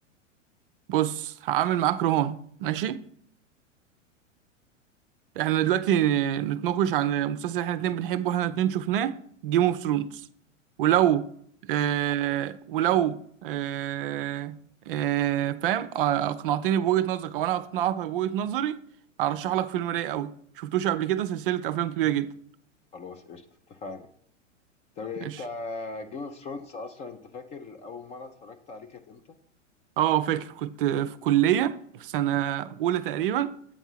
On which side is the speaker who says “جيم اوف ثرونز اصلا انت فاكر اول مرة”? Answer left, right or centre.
Left